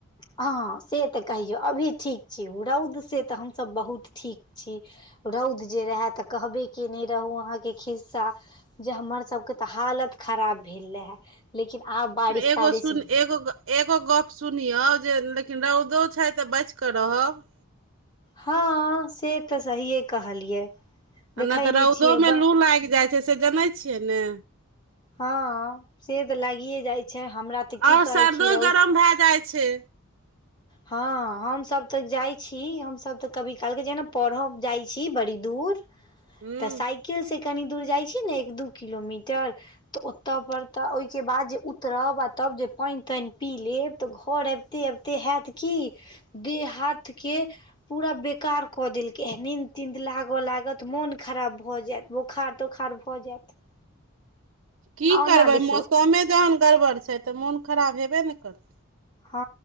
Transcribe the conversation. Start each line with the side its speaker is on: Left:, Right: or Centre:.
Left: हँ से तऽ कहियो अभी ठीक छी रौद से तऽ हमसभ बहुत ठीक छी रौद जे रहय तऽ कहबे केने रहू अहाँके खिस्सा जे हमर सबके तऽ हालत खराब भेल रहे लेकिन आब बारिश
Right: एगो
Left: तारिश
Right: सुन एगो एगो गप सुनियौ जे लेकिन रौदो छै तऽ बचिकऽ रहब
Left: हँ से तऽ सहिए कहलियै देखै
Right: आ नय तऽ
Left: नहि
Right: रौदोमे
Left: छियै ब
Right: लू लाईग जाइ छै से जनै छियै ने
Left: हँ से तऽ लागिए जाइ छै हमरा तऽ की
Right: आओर
Left: कहै
Right: सर्दो
Left: छी रौद
Right: गरम भए जाइ छै
Left: हँ हमसभ तऽ जाइ छी हमसभ तऽ कभी काल के जेना पढ़ब जाइ छी बड़ी दूर
Right: हूँ
Left: तऽ साइकिल से कनी दूर जाइ छी ने एक दू किलोमीटर तऽ ओतऽ पर तऽ ओहिके बाद जे उतरब आ तब जे पानि तानि पी लेब तऽ घर अबिते अबिते हयत की देह हाथ के पूरा बेकार कऽ देलकै निन्द तीन्द लागऽ लागत मोन खराब भऽ जायत बोखार तोखार भऽ जायत
Right: की
Left: आ ओना
Right: करबै
Left: देखियौ
Right: मौसमे जहन गड़बड़ छै तऽ मोन खराब हेबे ने करत
Left: हँ